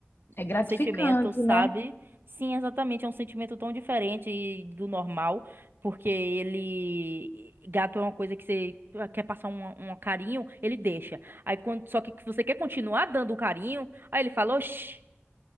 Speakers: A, on the left; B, on the right.
A: É gratificante,
B: Um sentimento, sabe?
A: né?
B: Sim, exatamente. É um sentimento tão diferente do normal. Porque ele. Gato é uma coisa que você quer passar um, um carinho, ele deixa. Aí, quando, só que você quer continuar dando o carinho. Aí ele falou: "Che-